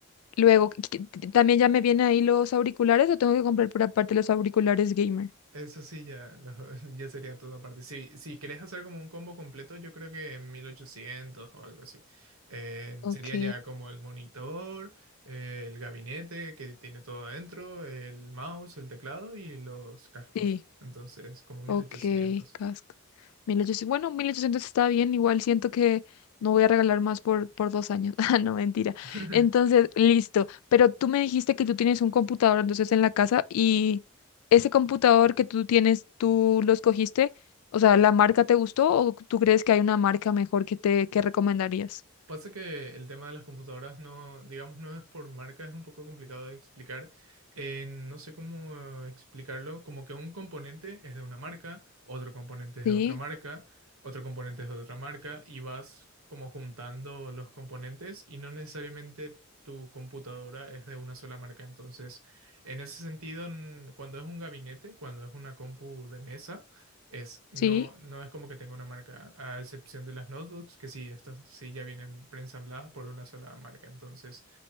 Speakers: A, on the left (about 85°); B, on the right (about 75°).
A: Luego, ¿qué- qué- t- ¿también ya me vienen ahí los auriculares o tengo que comprar por aparte los auriculares gamer?
B: Eso sí, ya, lo- <laughs> ya sería todo aparte. Si, si querés hacer como un combo completo, yo creo que en 1800 o algo así. Eh,
A: Ok.
B: sería ya como el monitor, eh, el gabinete que tiene todo adentro, el mouse, el teclado y los cascos.
A: Sí,
B: Entonces, como mil
A: Ok,
B: ochocientos
A: casco. mil ochocientos. bueno, 1800 está bien, igual siento que no voy a regalar más por, por dos años. <laughs> Ah, no, mentira.
B: <laughs>
A: Entonces, listo. Pero tú me dijiste que tú tienes un computador entonces en la casa y ese computador que tú tienes, ¿tú lo escogiste? O sea, ¿la marca te gustó o tú crees que hay una marca mejor que te que recomendarías?
B: Pasa que el tema de las computadoras no, digamos, no es por marca, es un poco complicado de explicar. Eh, no sé cómo eh, explicarlo, como que un componente es de una marca, otro componente es
A: Sí,
B: de otra marca, otro componente es de otra marca, y vas como juntando los componentes y no necesariamente tu computadora es de una sola marca. Entonces, en ese sentido, n- cuando es un gabinete, cuando es una compu de mesa, es, no,
A: sí,
B: no es como que tenga una marca, a excepción de las notebooks, que sí, estas sí ya vienen preensambladas por una sola marca. Entonces,